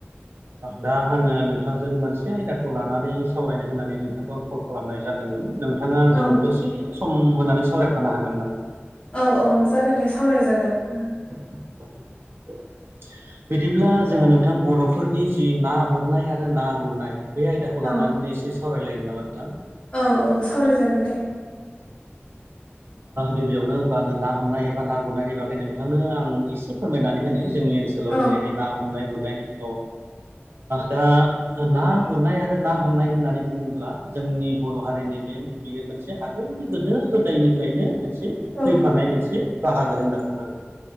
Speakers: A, on the right; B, on the left.
A: दा आङो नोंथांजों मोनसे आयदाखौ लानानै सावरायनो होननानै नोंथांखौ आं कल खालामनाय जादों नोंथाङा आंजों
B: औ
A: दसे सम होनानै सावरायफानो हागोन नामा?
B: औ औ जागोन दे सावराय जागोन ।
A: <inaudible> बिदिब्ला जोङो नोंथां बर'फोरनि जि ना हमनाय आरो ना गुरनाय बे आयदाखौ
B: औ
A: लानानै एसे सावरायलायनो नामा नोंथां?
B: औ औ सावरायजागोन दे।
A: गिबियावनो होमबा आङो ना हमनाय एबा ना गुरनायनि बागै नोंथांनो आं एसे फोरमायनानै होनो जोंनि ओनसोलाव
B: औ
A: जेरैहाय ना हमनाय गुरनायनि औ ओ दा ना गुरनाय आरो ना हमनाय होननानै बुङोब्ला जोंनि बर' हारिनि बे बियो मोनसे आगोलनि गोदो गोदायनिफ्रायनो मोनसे
B: औ
A: फैफानाय मोनसे बाहागो होनना बुंनांगोन।